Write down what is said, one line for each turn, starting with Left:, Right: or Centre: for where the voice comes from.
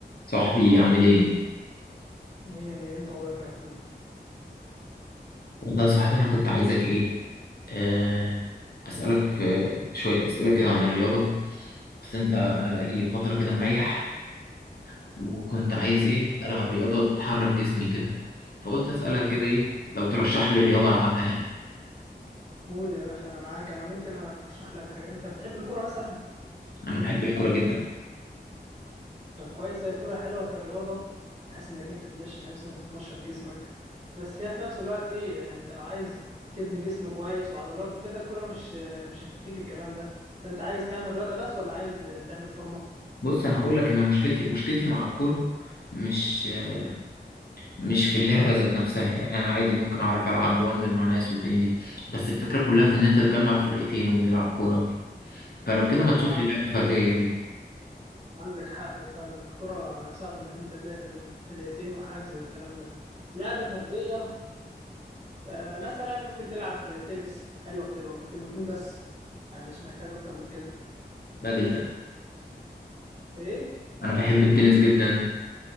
Left: صاحبي عامل ايه؟
Right: مية مية انت وراك يا اخويا
Left: والله يا صاحبي انا كنت عايزك ايه؟ آه اسألك في شوية اسئلة كده عن الرياضة اصل انت انا بقالي فترة كده مريح وكنت عايز ايه؟ العب رياضة تحرك جسمي كده فقلت اسألك كده ايه؟ لو ترشح لي رياضة العبها يعني
Right: قول يا باشا انا معاك انا ممكن ارشح لك حاجات انت بتحب الكرة مثلا
Left: انا بحب الكورة جدا
Right: طب كويس هي الكرة حلوة كرياضة بحيث انك انت تمشي نفسك وتنشط جسمك بس هي في نفس الوقت ايه انت لو عايز تبني جسم كويس وعضلات وكده الكرة مش مش هتديك الكلام ده فانت عايز تعمل رياضة بس ولا عايز تعمل فورمة
Left: بص انا هقول لك ان مشكلتي مشكلتي مع الكورة مش آه، مش في اللعبة ذات نفسها يعني انا عادي ممكن اعرف العب وانزل مع ناس والدنيا دي بس الفكرة كلها في ان انت تجمع فرقتين وتلعب كورة وكده فلو كده ما تشوف
Right: طبعا
Left: لي لعبة فردية كده
Right: عندك حق فعلا الكرة صعب انك انت تلاقي فرق- فرقتين وحجز والكلام ده لعبة فردية آه، مثلا ممكن تلعب تنس حلوة بتبقوا بتبقوا اتنين بس يعني مش محتاج اكتر من كده
Left: بحبها جدا
Right: ايه
Left: أنا بحب التنس جدا